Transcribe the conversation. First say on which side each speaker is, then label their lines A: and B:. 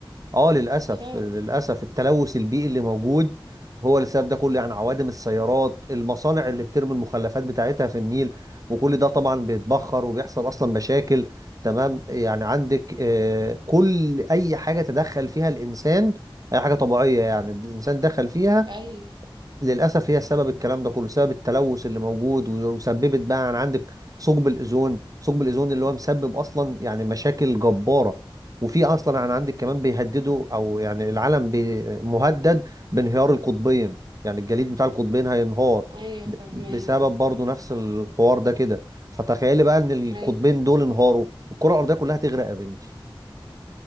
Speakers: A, on the right; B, on the right.
A: اه للاسف
B: فاهم
A: للاسف التلوث البيئي اللي موجود هو اللي السبب ده كله يعني عوادم السيارات المصانع اللي بترمي المخلفات بتاعتها في النيل وكل ده طبعا بيتبخر وبيحصل اصلا مشاكل تمام يعني عندك آه، كل اي حاجه تدخل فيها الانسان اي حاجه طبيعيه يعني الانسان دخل فيها
B: أي
A: للأسف هي سبب الكلام ده كله سبب التلوث اللي موجود و- وسببت بقى عن عندك ثقب الأوزون ثقب الأوزون اللي هو مسبب أصلا يعني مشاكل جبارة وفي أصلا عن عندك كمان بيهددوا أو يعني العالم بي- مهدد بانهيار القطبين يعني الجليد بتاع القطبين هينهار
B: أي
A: ب-
B: فاهمة
A: بسبب برضو نفس الحوار ده كده فتخيلي بقى إن القطبين
B: أي
A: دول انهاروا الكرة الأرضية كلها تغرق يا بنتي